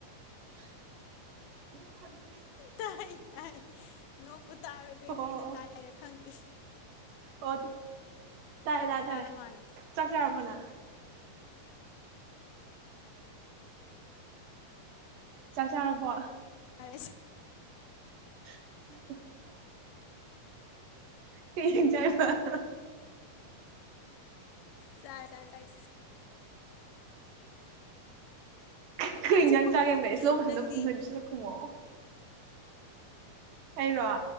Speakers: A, on the right; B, on the left.
A: ꯑꯗꯨꯩꯅ ꯐ
B: ꯇꯥꯏ ꯇꯥꯏ ꯅꯣꯛꯄ ꯇꯥꯔ ꯀꯩꯅꯣ
A: ꯑꯣ
B: ꯑꯩꯅ
A: ꯑꯣ
B: ꯇꯥꯏꯔ ꯈꯪꯗꯦ
A: ꯑꯣ ꯇꯥꯔꯦ
B: ꯑꯣ
A: ꯇꯥꯔꯦ ꯇꯥꯔꯦ
B: ꯇꯥꯔ ꯃꯥꯜꯂꯦ
A: ꯆꯥꯛ ꯆꯔꯝꯕꯅ <unintelligible> ꯆꯠ ꯆꯅꯄꯣ
B: <unintelligible>
A: <unintelligible> ꯊ ꯆꯔ ꯄ
B: ꯆꯔꯦ ꯆ
A: ꯑꯩꯣꯏ
B: ꯉꯥ
A: ꯏꯟꯖꯥꯡ
B: ꯊꯣꯡꯕ
A: ꯆꯥꯒꯦ ꯑꯃꯒ ꯏꯁꯂꯣ ꯃꯁꯟꯗ
B: ꯅꯪꯗꯤ
A: ꯈꯨꯝꯍꯩꯗꯨꯁꯨꯗ ꯈꯨꯝꯃꯛꯑꯣ ꯑꯩꯅꯣ ꯍ